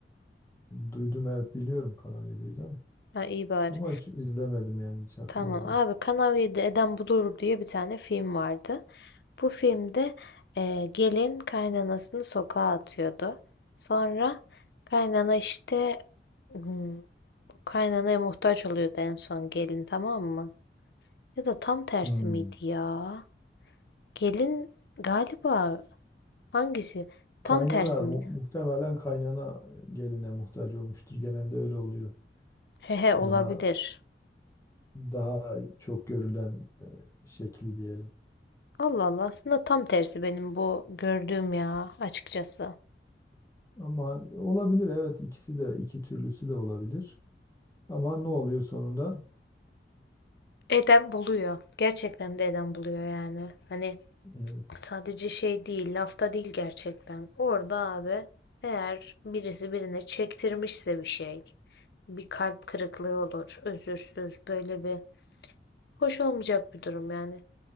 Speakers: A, on the left; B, on the left.
A: Duydum evet biliyorum Kanal 7'yi canım.
B: Ha iyi bari.
A: Ama hiç izlemedim yani hiç hatırlamıyorum.
B: Tamam abi Kanal yedi Eden Bulur diye bir tane film vardı. Bu filmde e, gelin kaynanasını sokağa atıyordu. Sonra kaynana işte hmm, Kaynanaya muhtaç oluyordu en son gelin tamam mı? Ya da tam tersi
A: Hmm.
B: miydi ya? Gelin galiba hangisi?
A: Kaynana
B: Tam tersi miydi?
A: mu- muhtemelen kaynana geline muhtaç olmuştur. Genelde öyle oluyor.
B: Hehe olabilir.
A: Daha daha çok görülen e, şekli diyelim.
B: Allah Allah aslında tam tersi benim bu gördüğüm ya açıkçası.
A: Ama olabilir evet ikisi de iki türlüsü de olabilir. Ama ne oluyor sonunda?
B: Eden buluyor. Gerçekten de eden buluyor yani. Hani
A: Evet,
B: sadece şey değil, lafta değil gerçekten. Orada abi eğer birisi birine çektirmişse bir şey, bir kalp kırıklığı olur, özürsüz böyle bir Hoş olmayacak bir durum yani.